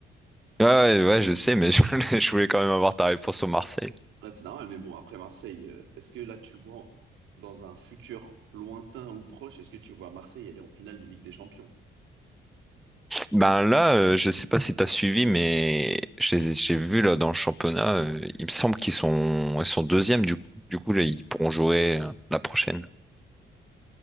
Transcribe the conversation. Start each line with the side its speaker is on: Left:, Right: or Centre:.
Centre: Ouais, ouais, ouais, je sais, mais <laughs> je voulais, je voulais quand même avoir ta réponse sur Marseille.
Right: Là, c'est normal, mais bon, après Marseille, euh, est-ce que là, tu vois, dans un futur lointain ou proche, est-ce que tu vois Marseille aller en finale de Ligue des Champions?
Centre: Ben là, euh, je sais pas si t'as suivi, mais j'ai j'ai vu là dans le championnat, euh, il me semble qu'ils sont ils sont deuxièmes du coup. Du coup, là, ils pourront jouer euh, la prochaine.